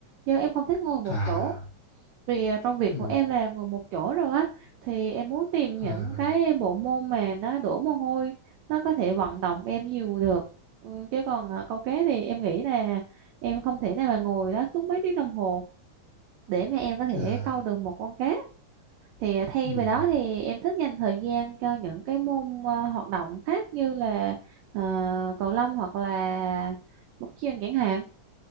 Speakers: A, on the right; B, on the left.
A: chứ em không thích ngồi một
B: à
A: chỗ vì à, công việc
B: ừ.
A: của em là ngồi một chỗ rồi á thì em muốn tìm
B: à
A: những cái bộ môn mà nó đổ mồ hôi nó có thể vận động em nhiều được Ừ, chứ còn à, câu cá thì em nghĩ là em không thể nào mà ngồi đó suốt mấy tiếng đồng hồ để mà em có thể
B: à
A: câu được một con cá thì ờ, thay
B: ừ.
A: vì đó thì em thích dành thời gian cho những cái môn ờ, hoạt động khác như là ờ, cầu lông hoặc là bóng chuyền chẳng hạn